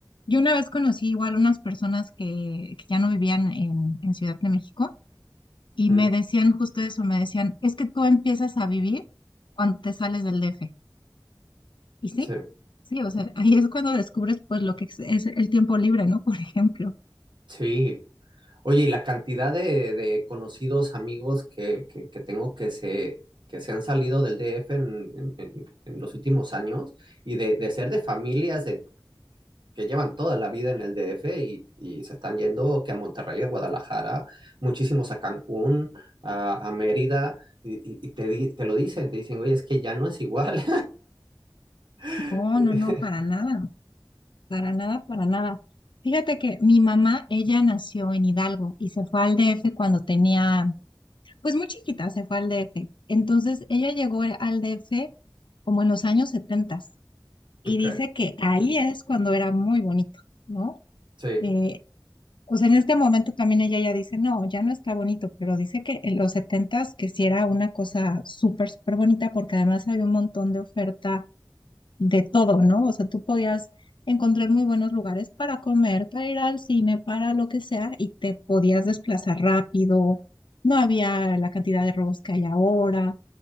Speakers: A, on the left; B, on the right.
A: yo una vez conocí igual unas personas que, que ya no vivían en, en Ciudad de México y
B: ujú,
A: me decían justo eso, me decían, es que tú empiezas a vivir cuando te sales del DF. Y sí,
B: sí.
A: sí, o sea, ahí es cuando descubres pues lo que es, es el tiempo libre, ¿no? <laughs> Por ejemplo.
B: Sí, Oye, y la cantidad de, de conocidos, amigos que, que, que tengo que se, que se han salido del DF en, en- en- en los últimos años y de, de ser de familias de, que llevan toda la vida en el DF y, y se están yendo que a Monterrey, a Guadalajara, muchísimos a Cancún, a, a Mérida, y, y- y te, di- te lo dicen, te dicen, oye, es que ya no es igual. <laughs>
A: No, no, no, para nada, para nada, para nada. Fíjate que mi mamá, ella nació en Hidalgo y se fue al DF cuando tenía, pues muy chiquita, se fue al DF. Entonces, ella llegó al DF como en los años 70 y
B: Ok,
A: dice que ahí es cuando era muy bonito, ¿no?
B: sí.
A: Eh, Pues en este momento también ella ya dice, no, ya no está bonito, pero dice que en los setentas que sí era una cosa súper, súper bonita porque además había un montón de oferta de todo, ¿no? O sea, tú podías encontrar muy buenos lugares para comer, para ir al cine, para lo que sea y te podías desplazar rápido. No había la cantidad de robos que hay ahora,